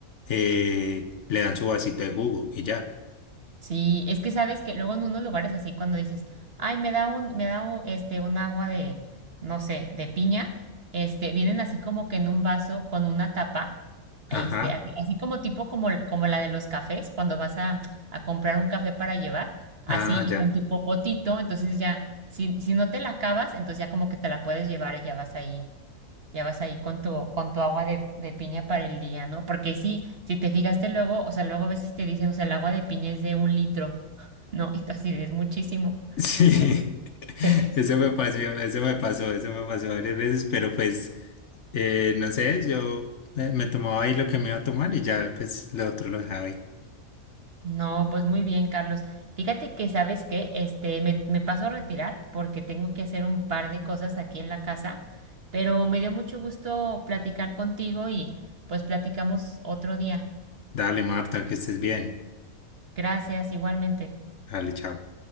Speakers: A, on the left (about 55°); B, on the right (about 45°).
A: eh, le dan su vasito de jugo y ya.
B: Sí, es que sabes que luego en unos lugares así cuando dices, ay, me da un, me da u- este un agua de, no sé, de piña, este, vienen así como que en un vaso con una tapa,
A: Ajá,
B: este, así, así como tipo como, l- como la de los cafés, cuando vas a, a comprar un café para llevar, así
A: ah,
B: y
A: ya.
B: con tu popotito, entonces ya, si, si no te la acabas, entonces ya como que te la puedes llevar y ya vas ahí. Ya vas ahí con tu, con tu agua de, de piña para el día, ¿no? Porque sí, si te fijaste luego, o sea, luego a veces te dicen, o sea, el agua de piña es de un litro, ¿no? <laughs> Y tú así de, es muchísimo,
A: <laughs> Sí,
B: ¿no? <laughs> Sí.
A: eso me pasó, eso me pasó, eso me pasó varias veces, pero pues, eh, no sé, yo eh, me tomaba ahí lo que me iba a tomar y ya, pues, lo otro lo dejaba ahí.
B: No, pues muy bien, Carlos. Fíjate que, ¿sabes qué? Este, me, me paso a retirar porque tengo que hacer un par de cosas aquí en la casa, pero me dio mucho gusto platicar contigo y pues platicamos otro día.
A: Dale, Marta, que estés bien.
B: Gracias, igualmente.
A: Dale, chao.